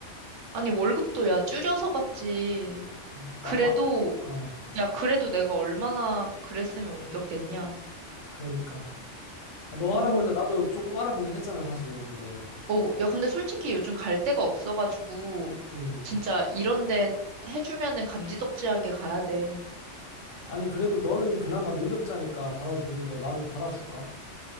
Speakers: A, on the right (about 80°); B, on the left (about 80°).
A: 아니, 월급도 야, 줄여서 갔지.
B: 음,
A: 그래도,
B: 마, 마, 어,
A: 야, 그래도 내가 얼마나 그랬으면 옮겼겠냐.
B: 그러니까. 아, 너
A: 어,
B: 알아볼 때 나도 조금 알아보긴 했잖아, 사실. 근데,
A: 어, 야, 근데 솔직히 요즘 갈 데가 없어가지고,
B: 음.
A: 진짜 이런 데 해주면은 감지덕지하게 가야 돼.
B: 아니, 그래도 너는 그나마 능력자니까 받아주는데 나도 받아줄까?